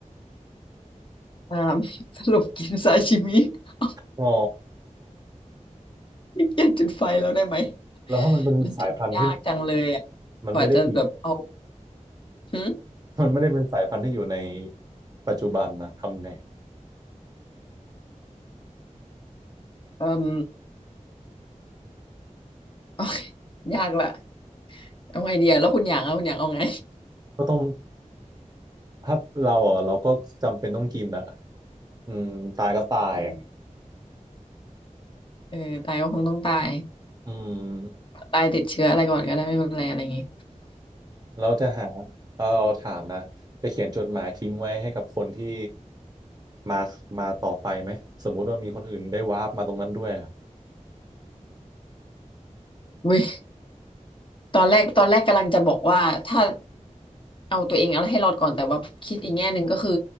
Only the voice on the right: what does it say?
อ๋อ
แล้วถ้ามันเป็นสายพันธุ์ที่
มันไม่ได้อยู่
มันไม่ได้เป็นสายพันธุ์ที่อยู่ในปัจจุบันนะทำไง
ก็ต้องถ้าเราอ่ะเราก็จำเป็นต้องกินอ่ะอืมตายก็ตายอ่ะ
อืม
เราจะหาเราเราถามนะจะเขียนจดหมายทิ้งไว้ให้กับคนที่มามาต่อไปไหมสมมุติว่ามีคนอื่นได้วาร์ปมาตรงนั้นด้วยอะ